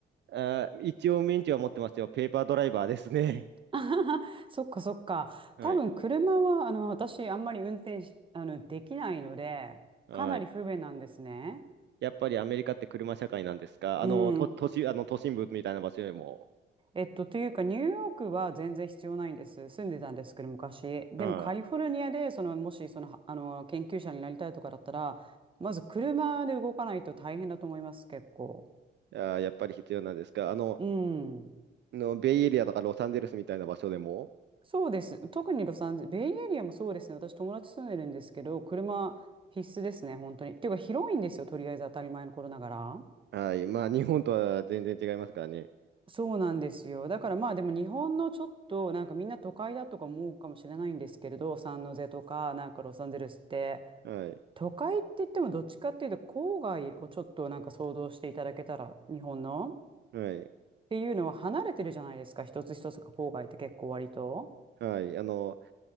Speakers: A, on the right (about 60°); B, on the right (about 25°).
A: あー、一応免許は持ってますよ。ペーパードライバーですね。
B: あはは <laughs> そっかそっか。
A: <laughs> はい。
B: 多分、車は、あの、私、あんまり運転し、あの、できないので、
A: はい。
B: かなり不便なんですね。
A: やっぱりアメリカって車社会なんですかあの、
B: うん、
A: と、都市、あの、都心部みたいな場所よりも、
B: えっと、というか、ニューヨークは全然必要ないんです。住んでたんですけど、昔。でも、
A: は
B: カリフォルニアで、その、もし、その、はあの、研究者になりたいとかだったら、まず車で動かないと大変だと思います、結構。
A: い、あー、やっぱり必要なんですかあの、
B: うん。
A: の、ベイエリアとかロサンゼルスみたいな場所でも、
B: そうです。特にロサンゼル、ベイエリアもそうですね。私、友達住んでるんですけど、車必須ですね、本当に。っていうか、広いんですよ、とりあえず当たり前の頃ながら。
A: はい、まあ、日本とは全然違いますからね。
B: そうなんですよ。だからまあでも日本のちょっとなんかみんな都会だとか思うかもしれないんですけれど、サンノゼとかなんかロサンゼルスって
A: はい、
B: 都会って言ってもどっちかっていうと郊外をちょっとなんか想像していただけたら日本の
A: はい、
B: っていうのは離れてるじゃないですか一つ一つが郊外って結構割と
A: はい、あの、